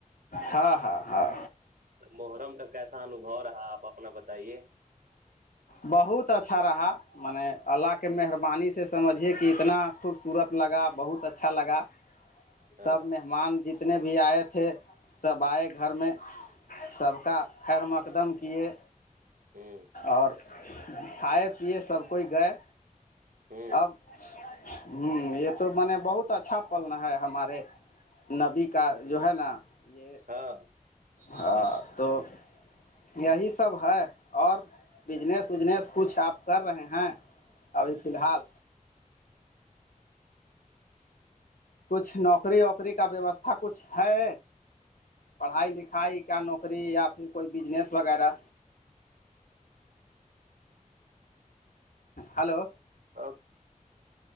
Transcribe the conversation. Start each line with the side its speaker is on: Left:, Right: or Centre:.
Left: ہاں ہاں ہاں
Right: محرم کا کیسا انوبو رہا آپ اپنا بتائیے
Left: بہت اچھا رہا م نے اللہ کے مہربانی سے سمجھیے کہ اتنا خوبصورت لگا بہت اچھا لگا
Right: ہاں
Left: سب مہمان جتنے بھی آئے تھے سب آئے گھر میں س کا خیر مقدم کیے
Right: ہوں
Left: اور کھائے پیے سب کوئی گئے
Right: ہوں
Left: اب ہوں یہ تو م نے بہت اچھا پن ہے ہمارے نبی کا جو ہے نا یہ
Right: ہاں
Left: ہاں تو یہی سب ہے اور بجنس اجنس کچھ آپ کر رہے ہیں ابھی فی الحال کچھ نوکری ووکری کا ویوستھا کچھ ہے پڑھائی لکھائی کیا نوکری یا پھر کوئی بجنس وغیرہ ہلو
Right: <inaudible>